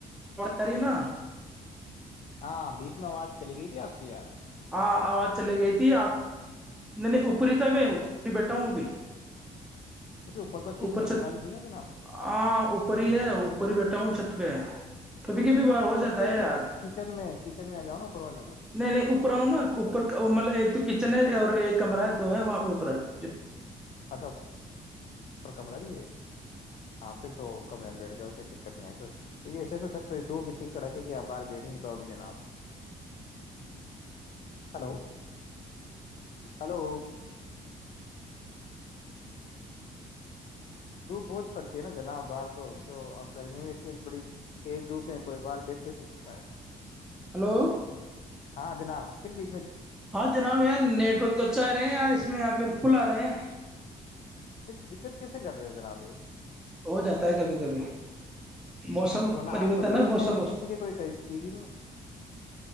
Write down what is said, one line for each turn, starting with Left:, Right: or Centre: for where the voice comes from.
Centre: اری نا
Left: ہاں بیچ میں آواز چلی گئی تھی آپ کی یاد
Centre: ہاں آواز چلی گئی تھی آپ نہیں نہیں اوپری تھا میں اوپری بیٹھا ہوں ابھی <inaudible>
Left: کیونکہ تو اچھے سے
Centre: اوپر
Left: نیٹ
Centre: چھت
Left: اگانی چاہیے جناب
Centre: ہاں اوپر ہی ہے اوپر ہی بیٹھا ہوں چھت پہ کبھی کبھی بار ہو
Left: چھت
Centre: جاتا
Left: پہ
Centre: ہے
Left: کیوں
Centre: یار نہیں
Left: کچن میں کچن میں آ جاؤ نا اوپر والے میں
Centre: نہیں اوپر آؤں نا اوپر مطلب ایک تو ک چینائی اور ایک کمرہ ہے دو ہے وہاں پہ اوپر ہے جو
Left: اچھا کمرہ بھی ہے ہاں پھر تو کمرے میں بیٹھ جاؤ دقت نہیں پھر کی ایسے تو دھوپ اتنی کڑک ہے کہ باہر بیٹیں توؤگ جناب ہلو ہلو دھوپ بہت پڑتی ہے نا جناب باہر تو جو اب گرمی میں اتنی بڑی تیز دھوپ ہے کوئی باہار بیٹھ کے س سکتا ہے
Centre: ہلو
Left: ہاں جناب پھر بھی
Centre: ہاں جناب یار نیٹ ورک تو اچھا آ رہا ہے یار اس میں یہاں پہ فل آ رہے ہے
Left: پھر دقت کیسے کر رہے ہیں جناب یہ
Centre: ہو جاتا ہے کبھی کبھی موسم
Left: ہاں بنا
Centre: پریورتن
Left: آپ تو صبح
Centre: ہے موسم
Left: سے کسی کے کوئی کیئی نہیں